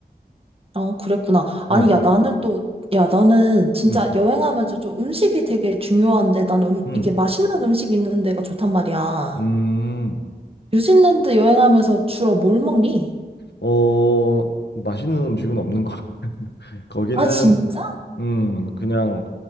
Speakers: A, on the right; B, on the left.
A: 아, 그랬구나.
B: 어.
A: 아니, 야, 나는 또, 야, 나는 진짜
B: 응.
A: 여행하면서 좀 음식이 되게 중요한데, 나는 음,
B: 음,
A: 이게 맛있는 음식 있는 데가 좋단 말이야.
B: 음,
A: 뉴질랜드 여행하면서 주로 뭘 먹니?
B: 어, 맛있는 음식은 없는 것 같아. <laughs> 거기는,
A: 아, 진짜?
B: 음, 그냥